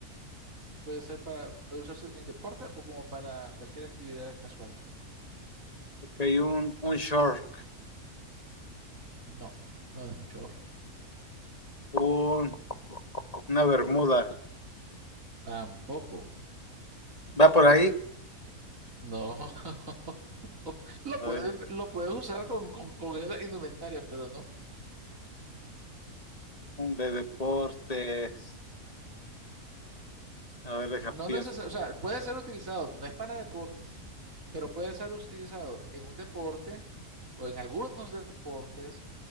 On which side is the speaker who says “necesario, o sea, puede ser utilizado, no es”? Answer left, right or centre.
Right